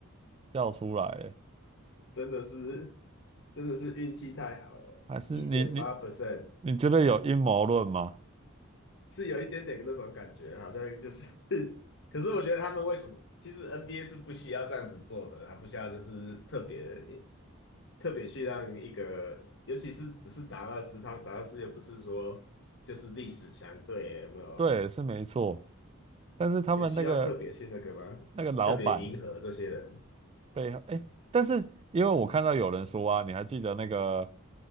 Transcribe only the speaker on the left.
真的是真的是运气太好了，
一点八 percent。
是有一点点那种感觉，好像就是 <laughs> 可是我觉得他们为什么？其实 NBA 是不需要这样子做的，他不需要就是特别特别去让一个，尤其是只是达拉斯，他达拉斯又不是说就是历史强队，有没有？
也需要特别去那个吗？
特别迎合这些人？